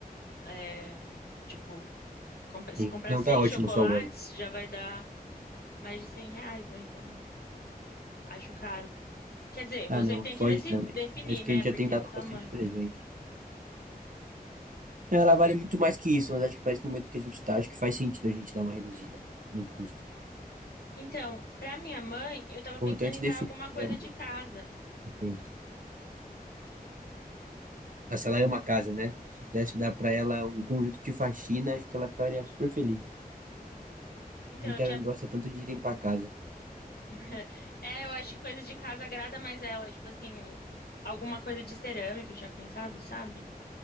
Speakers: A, on the left; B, on the right.
A: é, tipo, compra- se
B: Sim.
A: comprar
B: Não,
A: seis
B: tá ótimo
A: chocolates,
B: só o óleo.
A: já vai dar mais de 100 reais, né? Então. Acho caro. Quer dizer, você
B: Ah, não,
A: que tem
B: foge
A: que deci-
B: também.
A: definir,
B: Acho
A: né?
B: que a gente
A: Porque
B: já tem dado
A: é sua
B: bastante
A: mãe.
B: presente. Ela vale muito mais que isso, mas acho que para esse momento que a gente tá, acho que faz sentido a gente dar uma reduzida no custo.
A: Então, pra minha mãe, eu tava
B: Pô,
A: pensando
B: então a gente
A: em
B: definiu
A: dar alguma coisa
B: minha mãe.
A: de casa.
B: Perfeito. Ah, se ela é uma casa, né? Se pudesse dar para ela um conjunto de faxina, acho que ela ficaria super feliz.
A: Então,
B: A gente
A: eu tinha.
B: gosta tanto de limpar a casa.
A: <laughs> É, eu acho que coisa de casa agrada mais ela. Tipo assim, alguma coisa de cerâmica, eu tinha pensado, sabe?